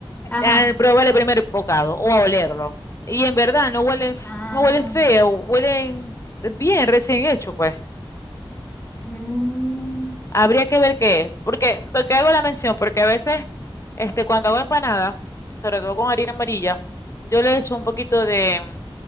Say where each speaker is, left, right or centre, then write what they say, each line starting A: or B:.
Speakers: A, on the left (about 15°); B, on the left (about 35°).
A: Ajá.
B: al probar el primer bocado o a olerlo. Y en verdad no huelen, f-
A: Ah,
B: no huelen feo, huelen bien, recién hecho, pues.
A: mm.
B: Habría que ver qué es. Porque, porque hago la mención, porque a veces, este, cuando hago empanada, sobre todo con harina amarilla, yo le echo un poquito de